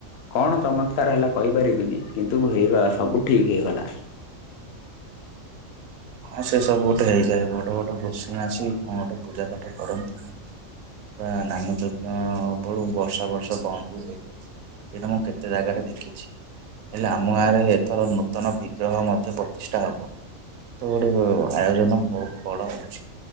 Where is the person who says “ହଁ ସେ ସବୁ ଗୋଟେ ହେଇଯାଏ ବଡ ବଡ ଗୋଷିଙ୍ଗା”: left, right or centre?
Right